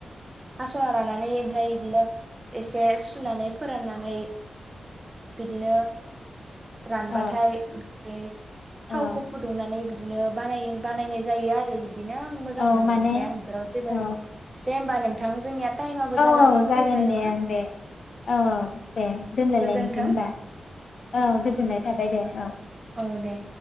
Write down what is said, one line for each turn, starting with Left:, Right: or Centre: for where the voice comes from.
Right: हासना लानानै ओमफ्राय बिदिनो एसे सुनानै फोराननानै बिदिनो रानबाथाय
Left: औ
Right: ए थावखौ
Left: औ
Right: फुदुंनानै बिदि बिदिनो बानायो। बानायनाय जायो आरो इदिनो ओं मो मोजां
Left: औ
Right: मोनो
Left: माने
Right: ओमफाय आं इफोराव जेबो
Left: औ
Right: दे होनबा होमब्ला नोंथां जोंनिया। टाइमाबो
Left: औ
Right: जानानै
Left: औ जागोन
Right: फैबाय
Left: दे
Right: नङा
Left: आं दे औ औ दे दोनलायलायनोसै
Right: गोजोन्थों
Left: होनबा औ गोजोननाय थाबाय दे औ।
Right: औ दे